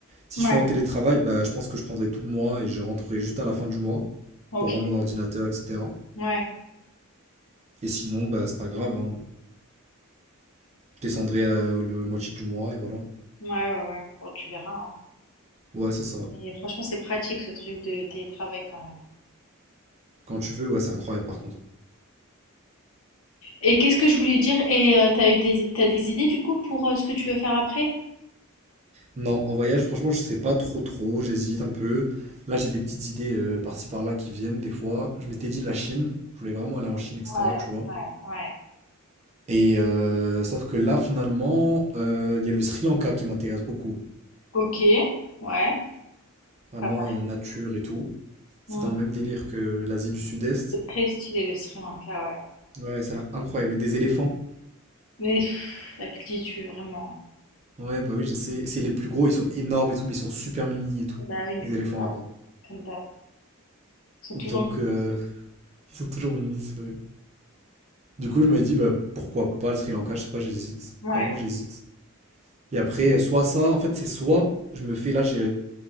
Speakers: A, on the right (about 30°); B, on the left (about 70°).
A: Si
B: ouais,
A: je suis en télétravail, bah, je pense que je prendrai tout le mois et je rentrerai juste à la fin du mois
B: ok,
A: pour rendre mon ordinateur, etc.
B: ouais,
A: Et sinon, bah, c'est pas grave, hein. Je descendrai euh, le- la moitié du mois et voilà.
B: ouais, ouais, ouais. Bon, tu verras, hein.
A: Ouais, c'est ça.
B: Mais franchement, c'est pratique ce truc de télétravail quand même.
A: Quand tu veux, ouais, c'est incroyable par contre.
B: Et qu'est-ce que je voulais dire? Et euh, t'as eu des, t'as des idées du coup pour euh, ce que tu veux faire après?
A: Non, en voyage, franchement, je sais pas trop trop, j'hésite un peu. Là, j'ai des petites idées euh, par-ci par-là qui viennent des fois. Je m'étais dit la Chine, je voulais vraiment aller en Chine, etc.
B: Ouais,
A: Tu vois.
B: ouais, ouais.
A: Et euh, sauf que là, finalement, euh, il y a le Sri Lanka qui m'intéresse beaucoup.
B: Ok, ouais,
A: Vraiment,
B: pas mal.
A: euh, nature et tout. C'est
B: Mm.
A: dans le même délire que l'Asie du Sud-Est.
B: C'est très stylé le Sri Lanka, ouais.
A: Ouais, ça a l'air incroyable. Il y a des éléphants.
B: Mais pff, à qui dis-tu vraiment?
A: Ouais, bah oui, je sais. Et C'est les plus gros, ils sont énormes et tout, mais ils sont super mimi et tout.
B: Bah oui, mais
A: Les
B: comme
A: éléphants
B: d'hab,
A: là-bas.
B: comme d'hab. Ils sont
A: Donc,
B: toujours
A: euh, <laughs> ils sont toujours mimi, c'est vrai. Du coup, je me dit bah, pourquoi pas le Sri Lanka? Je sais pas, j'hésite.
B: Ouais,
A: Vraiment, j'hésite. Et après, euh, soit ça, en fait, c'est soit je me fais là, j'ai